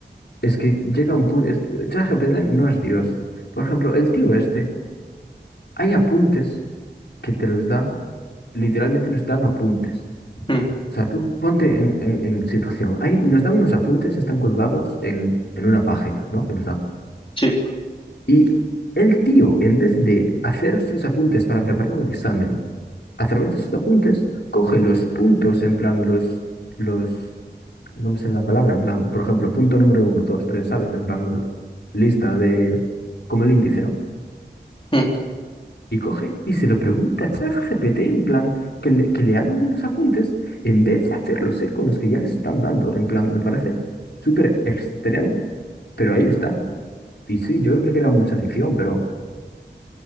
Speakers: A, on the left; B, on the left.
A: es que llega un punto... ChatGPT no es Dios. Por ejemplo, el tío este, hay apuntes que te los dan, literalmente nos dan apuntes.
B: mm,
A: O sea, tú ponte en, en- en situación. hay nos dan unos apuntes, están colgados en, en una página, ¿no? Que nos dan.
B: sí.
A: Y el tío, en vez de hacer sus apuntes para preparar un examen, a través de sus apuntes, coge los puntos, en plan, los, los, no me sale la palabra, en plan, por ejemplo, punto número uno, dos, tres, ¿sabes? En plan, lo- lista de, como el índice, ¿no?
B: mm.
A: Y coge y se lo pregunta a ChatGPT, en plan, que le, que le hagan unos apuntes, en vez de hacerlos él con los que ya les están dando, en plan, me parece súper extremo, pero ahí está. Y sí, yo creo que era mucha lección, pero...